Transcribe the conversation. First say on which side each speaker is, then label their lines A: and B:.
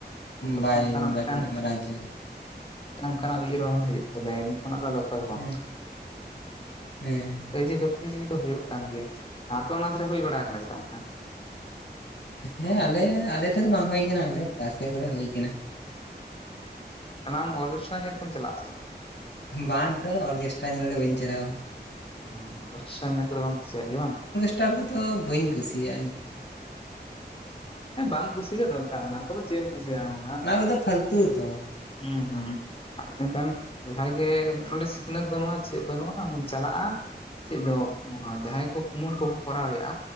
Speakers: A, on the left (about 30°); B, on the left (about 85°).
A: ᱡᱚᱛᱚᱠᱷᱚᱱ
B: ᱵᱟᱭ
A: ᱚᱱᱠᱟᱱᱟᱜ
B: ᱞᱟᱹᱴᱩ
A: ᱢᱤᱫᱴᱟᱝ
B: <unintelligible>
A: ᱢᱤᱫᱴᱟᱝ ᱚᱱᱠᱟᱱᱟᱜ ᱩᱭᱦᱟᱹᱨ ᱵᱷᱟᱵᱱᱟ ᱦᱤᱡᱩ ᱡᱮ ᱤᱧ ᱠᱷᱚᱱᱟᱜ ᱫᱚ ᱟᱫᱚ ᱚᱠᱚᱭ ᱦᱚᱸ ᱵᱟᱝ
B: ᱦᱮᱸ ᱦᱮᱸ
A: ᱦᱮᱸ <unintelligible> ᱦᱩᱭᱩᱜ ᱠᱟᱱ ᱜᱮᱭᱟ ᱟᱯᱮ ᱚᱱᱟ ᱫᱷᱟᱨᱮ ᱦᱩᱭ ᱵᱟᱲᱟ ᱟᱠᱟᱱᱟ ᱪᱮᱠᱟ ᱚᱱᱠᱟ
B: ᱦᱮᱸ ᱟᱞᱮ ᱟᱞᱮ ᱴᱷᱮᱱ ᱵᱟᱝ ᱦᱩᱭ ᱠᱟᱱᱟ ᱟᱞᱮ ᱯᱟᱥᱮ ᱠᱚᱨᱮ ᱦᱩᱭ ᱠᱟᱱᱟ
A: ᱟᱢ ᱚᱨᱠᱮᱥᱴᱟᱨ ᱧᱮᱞ ᱠᱚᱢ ᱪᱟᱞᱟᱜ ᱟᱥᱮ ᱵᱟᱝ??
B: ᱵᱟᱝ ᱛᱚ ᱚᱨᱠᱮᱥᱴᱟᱨ ᱧᱮᱞ ᱫᱚ ᱵᱟᱹᱧ ᱪᱟᱞᱟᱣ ᱠᱟᱱᱟ
A: ᱚ ᱚᱨᱠᱮᱥᱴᱟᱨ ᱧᱮᱞ ᱠᱚᱫᱚ ᱵᱟᱢ ᱠᱩᱥᱤᱭᱟᱜ ᱜᱮᱭᱟ ᱵᱟᱝ
B: ᱩᱱᱟᱸᱫᱚ ᱵᱟᱹᱧ ᱠᱩᱥᱤᱭᱟᱜᱼᱟᱧ
A: ᱦᱮᱸ ᱵᱟᱝ ᱠᱩᱥᱤᱜᱮ ᱫᱚᱨᱠᱟᱨ ᱚᱱᱟ ᱠᱚᱫᱚ ᱪᱮᱫ ᱮᱢ ᱠᱩᱥᱤᱭᱟᱜᱼᱟ ᱚᱱᱟ
B: ᱠᱚᱫᱚ ᱯᱷᱟᱞᱛᱩ ᱛᱚ
A: ᱦᱩᱸ ᱦᱩᱸ ᱟᱨ ᱮᱱᱠᱷᱟᱱ ᱡᱟᱦᱟᱸᱭ ᱜᱮ ᱚᱸᱰᱮ ᱥᱤᱠᱷᱱᱟᱹᱛ ᱵᱟᱹᱱᱩᱜᱼᱟ ᱪᱮᱫ ᱵᱟᱹᱱᱩᱜᱼᱟ ᱚᱰᱮᱢ ᱪᱟᱞᱟᱜᱼᱟ ᱪᱮᱫ ᱫᱚ ᱡᱟᱦᱟᱸᱭ ᱠᱚ ᱠᱩᱢᱩᱴ ᱠᱚᱠᱚ ᱠᱚᱨᱟᱣᱮᱜᱼᱟ